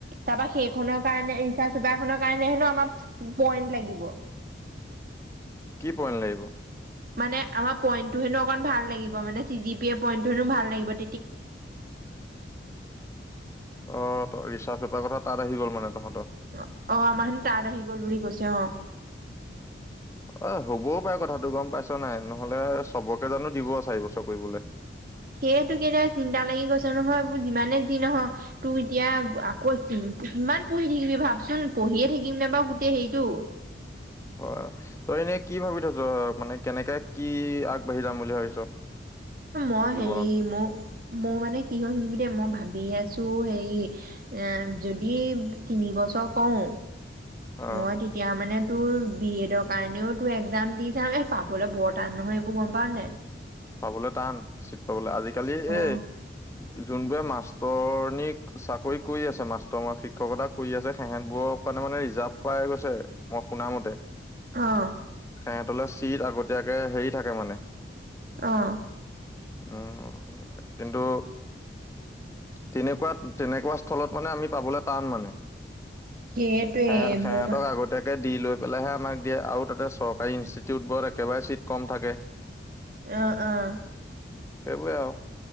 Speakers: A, on the right; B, on the left.
A: তাৰপা খনৰ কাৰণে ৰিচাচ-পেপাৰ খনৰ কাৰণে হেনো আমাৰ পইন্ট লাগিব।
B: পইন্ট লাগিব।
A: মানে আমাৰ পইন্ট টো হেনো অকন ভাল লাগিব, মানে C G P A point টো হেনো ভাল লাগিব
B: অ' ত, ৰিচাৰ্চ পেপাৰ কথা তাত আহি গ'ল মানে। তহঁতৰ।
A: অ'অ, আমাৰ হিনি তাঁত আহি গল বুলি কৈছে। অ,
B: অ' হ'বও পাৰে কথাটো গম পাইছ নাই? নহলে চবকে জানো দিব চাৰি বছৰ কৰিবলৈ।
A: সেইটো কাৰণে চিন্তা লাগি গৈছে নহয়। যিমানে যি নহওক তোক এতিয়া আকৌ কিমান পঢ়ি থাকিবি ভাবচোন পঢ়িয়ে থাকিম, নে বাৰু গোটেই হেৰিটো।
B: হয়। তই এনেই কি ভাবি থৈছ মানে কেনেকে কি আগবাঢ়ি যাম বুলি ভাবিছ
A: মই
B: জীৱনত
A: হেৰি মোৰ মই মানে কি হল শুনিবি দে মই ভাব ভাবি আছো হে এ যদি তিনিবছৰ কৰোঁ
B: অ'
A: মই তেতিয়া মানে তোৰ বি এডৰ কাৰণেও তোৰ একজাম দি যাম। এ পাবলৈ বৰ টান নহয় এইবোৰ গম পাও নে?
B: পাবলৈ টান চিট পাবলৈ ।আজিকালি
A: অ
B: এই যোনবোৰে মাষ্টৰনীক চাকৰি কৰি আছে, মাষ্টৰ শিক্ষকতা কৰি আছে, সিহেঁতবোৰৰ কাৰণে মানে ৰিজাৰ্ভ পাই গৈছে মই শুনা মতে। সিহঁতলৈ
A: অ
B: চিট আগতে তিয়াকে হেৰি থাকে মানে
A: অহ'।
B: উম'কিন্তু, তেনেকুৱাত তেনেকুৱা স্থলত মানে আমি পাবলে টান মানে।
A: সেইটোৱে
B: সে সেহতক
A: মোৰ
B: আগতীয়াকে দি লৈ পেলাইহে আমাক দিয়ে আৰু তাতে চৰকাৰী ইনষ্টিটিউটবোৰত একেবাৰে চিট কম থাকে।
A: আহ' আহ'।
B: সেইবোৰে আও।